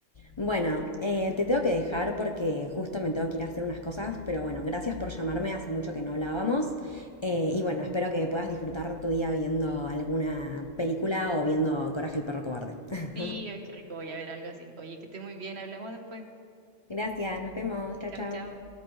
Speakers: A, on the left (about 30°); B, on the right (about 65°).
A: Bueno, eh, te tengo que dejar porque justo me tengo que ir a hacer unas cosas, pero bueno, gracias por llamarme, hace mucho que no hablábamos. Eh, y bueno, espero que puedas disfrutar tu día viendo alguna película o viendo Coraje el perro cobarde. <laughs>
B: Sí, ay, qué rico, voy a ver algo así. Oye, que esté muy bien, hablamos después.
A: Gracias, nos vemos, chao,
B: Chao,
A: chao.
B: chao.